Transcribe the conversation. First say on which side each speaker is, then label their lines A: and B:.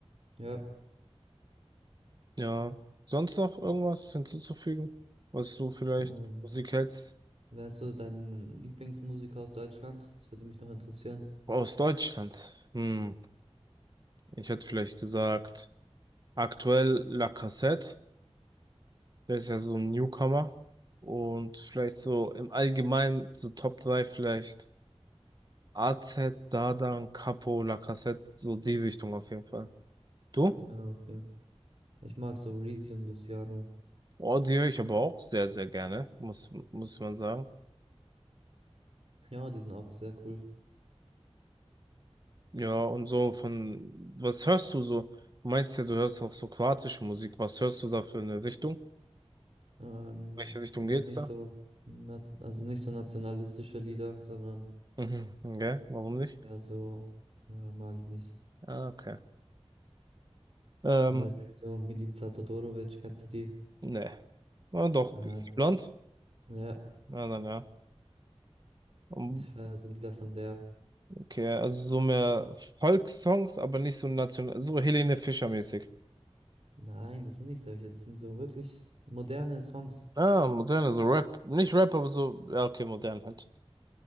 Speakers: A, on the right; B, on the right.
A: Ja.
B: Ja, sonst noch irgendwas hinzuzufügen, was du vielleicht
A: Ähm,
B: Musik hältst?
A: wer ist so dein Lieblingsmusiker aus Deutschland? Das würde mich noch interessieren.
B: Aus Deutschland. Hm, ich hätte vielleicht gesagt, aktuell La Cassette, der ist ja so ein Newcomer. Und vielleicht so im Allgemeinen, so Top 3 vielleicht A Z Dadan, Capo, La Cassette, so die Richtung auf jeden Fall. Du?
A: Ja, okay. Ich mag so Reezy und Luciano.
B: Oh, die höre ich aber auch sehr, sehr gerne, muss, muss man sagen.
A: Ja, die sind auch sehr cool.
B: Ja, und so von, was hörst du so? Du meinst ja, du hörst auch so kroatische Musik. Was hörst du da für eine Richtung?
A: Ähm,
B: Welche Richtung
A: also
B: geht's
A: nicht
B: da?
A: Ja. so, nat also nicht so nationalistische Lieder, sondern
B: Mhm, okay, warum nicht?
A: ja so, ja, mag ich nicht.
B: Ah, okay. Ähm,
A: Zum Beispiel so Milica Todorovic, kennst du die?
B: ne. Ja, doch,
A: Ja,
B: ist sie blond?
A: ja,
B: Ja, dann ja. Um,
A: ich feiere so Lieder von der.
B: Okay, also so mehr Volkssongs, aber nicht so national, so Helene Fischer-mäßig.
A: Nein, das sind nicht solche, das sind so wirklich moderne Songs.
B: Ah, moderne, so Rap. Nicht Rap, aber so, ja, okay, modern halt.